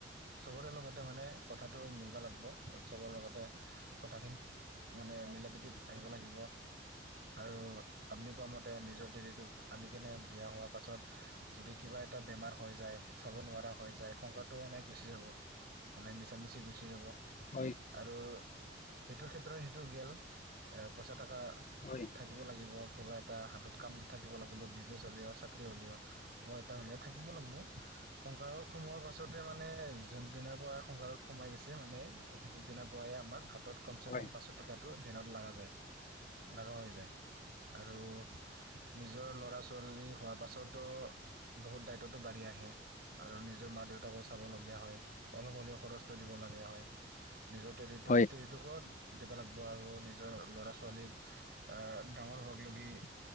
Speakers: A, on the right; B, on the left.
A: চবৰে লগতে মানে কথাটো মিলব লাগিব চবৰ লগতে কথাখিনি মানে মিলা প্ৰীতিত আহিব লাগিব আৰু আপ্নি কোৱা মতে নিজৰ দেৰিটোক আনি কেনে বিয়া হোৱাৰ পাছত যদি কিবা এটা বেমাৰ হৈ যায় চাব নোৱাৰা হয় যায় এ সংকাৰটো এনেই গুচি যাব এনোই মিছা মিছি গুচি যাব
B: হয়
A: আৰু সেইটো ক্ষেত্ৰত সেইটো গেল এ পইচা থকা
B: হয়
A: থাকিব লাগিব কিবা এটা হাতত কাম থাকিব লাগিব বিজনেছ হ'লেও চাকৰি হলেও মই এটাাহুন থাকিব লাগিব সংসাৰত সোমোৱাৰ পাছতে মানে যোন দিনাৰ পৰা সংসাৰত সোমাই গৈছে মানে সেইটো দিনৰ পৰাে আমাক হাতত কমচে
B: হয়
A: কম পাঁচ টকাটো দিনত লগা যায় লগা হৈ যায় আৰু নিজৰ লৰা ছোৱালী হোৱাৰ পাছতো বহুত দায়িত্বতো বাঢ়ি আহে ে আৰু নিজৰ মা দেউতাকো চাব লগীয়া হয় অলপ হ'লেও খৰচটো দিব লগীয়া হয় নিজতে
B: হয়
A: উ যোগত দিব লাগিব আৰু নিজৰ ল'ৰা ছোৱালীক ডাঙৰ হ লগি